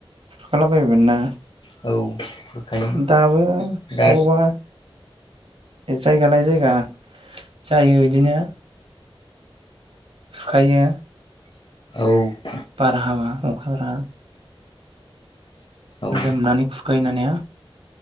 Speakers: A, on the right; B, on the left.
A: खुरखालाबायोमोन ना
B: औ खुरखायो
A: दाबो
B: दा
A: बबावबा जायगा लायै जायगा जायो इदिनो खायो।
B: औ।
A: बारहावा अखा बार।
B: औ
A: लोमनानै गायनानै हो।